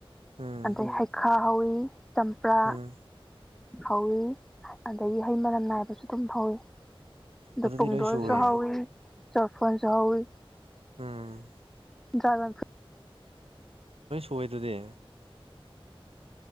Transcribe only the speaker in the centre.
ꯑꯗꯩ ꯍꯩꯈꯥ ꯍꯧꯋꯤ ꯆꯝꯄ꯭ꯔꯥ
ꯐꯧꯏ ꯑꯗꯒꯤ ꯍꯩ ꯃꯔꯝ ꯅꯥꯏꯕꯁꯨ ꯑꯗꯨꯝ ꯐꯧꯏ
ꯑ ꯄꯨꯡꯗꯣꯟꯁꯨ
ꯍꯥꯎꯋꯤ ꯆꯥꯎꯐꯜꯁꯨ ꯍꯥꯎꯋꯏ
ꯖꯒ ꯐ